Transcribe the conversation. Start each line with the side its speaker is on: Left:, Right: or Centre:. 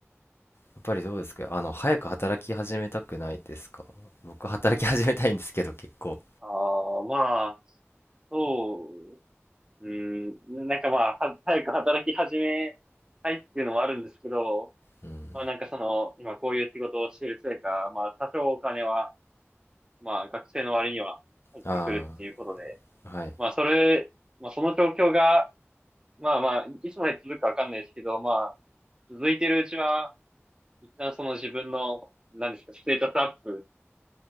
Left: やっぱりどうですか、あの、早く働き始めたくないですか僕働き始めたいんですけど、結構。
Right: ああ、まあ、そううん、なんかまあ、は早く働き始めたいっていうのはあるんですけど、
Left: うん、
Right: まあなんかその、今こういう仕事をしているせいか、まあ多少お金は、まあ学生の割には入ってくるっていうことで、
Left: ああ、はい。
Right: まあそれ、まあその状況が、まあまあ、いつまで続くかわかんないですけど、まあ、続いてるうちは、一旦その自分の、なんですか、ステータスアップ